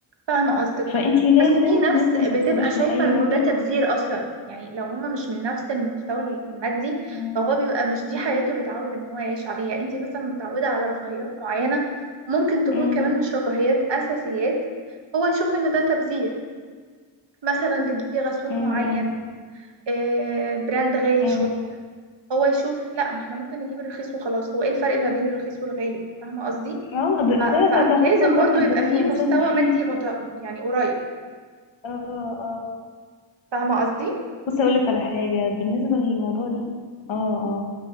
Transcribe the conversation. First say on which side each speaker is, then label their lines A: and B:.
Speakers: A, on the right; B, on the left.
A: فاهمة قصدك
B: فانت لازم
A: بس في نفس
B: لازم ما توصليش
A: بتبقى شايفة
B: لاي
A: انه
B: راجل
A: ده تبذير اصلا يعني لو هما مش من نفس المستوى المادي
B: مم،
A: فهو بيبقى مش دي حياته اللي اتعود ان هو يعيش عليها يعني انتي مثلا متعودة على رفاهيات معينة ممكن تكون
B: مم،
A: كمان مش رفاهيات اساسيات هو يشوف ان ده تبذير مثلا بتجيبي غسول
B: مم،
A: معين
B: مم،
A: آه، براند غالي
B: مم.
A: شوية هو يشوف لا ما احنا ممكن نجيب الرخيص وخلاص هو ايه الفرق ما بين الرخيص والغالي فاهمة قصدي
B: اه ده
A: ف-
B: ده
A: فلازم
B: ده, ده قصة
A: برضو
B: تانية
A: يبقى
B: ده بيبقى
A: في
B: إنسان
A: مستوى
B: بخيل
A: مادي مت... يعني قريب
B: اه اه
A: فاهمة قصدي
B: بصي أقول لك على حاجة بالنسبة للموضوع ال- اه اه